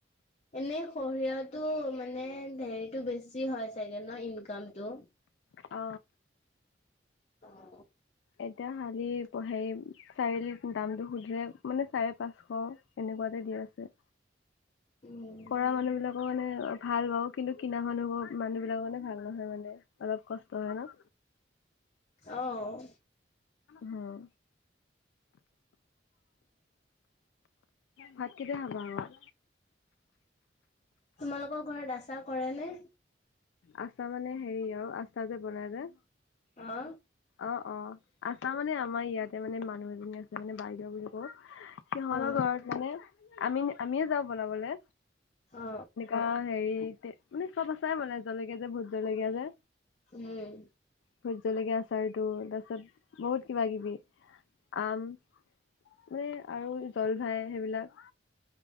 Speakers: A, on the left; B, on the left.
A: এনেই সৰিয়হতো মানে হেৰিটো বেছি হয় চাগে ন ইনকামটো
B: অ
A: অ
B: এতিয়া শালি প-হেই চাৰিআলিত দামটো সুধিলে মানে চাৰে পাঁচশ এনেকুৱাতে দিয়া আছে
A: উম
B: কৰা মানুহ বিলাকৰ মানে ভাল বাৰু কিন্তু কিনা মানুহবো মানুহ বিলাকৰ মানে ভাল নহয় মানে অলপ কষ্ট হয় ন
A: অহ
B: হুম ভাত কেতিয়া খাবা আক
A: তোমালোকৰ ঘৰত আচা কৰে নে
B: আচা মানে হেৰি আউ আচা যে বনাই যে
A: অ
B: অ অ আচা মানে আমাৰ ইয়াতে মানে মা মানুহ এজনী আছে মানে বাইদেউ বুলি কওঁ সিহঁৰ
A: অ
B: ঘৰত মানে আমি আমিয়ে যাওঁ বনাবলে
A: অ
B: অ হেৰি তে মানে চব আচায়ে বনাই জলকীয়া যে ভোট জলকীয়া যে
A: উম
B: ভোট জলকীয়া আচাৰটো তাৰপিছত বহুত কিবা কিবি আম মানে আৰু জলফাই সেইবিলাক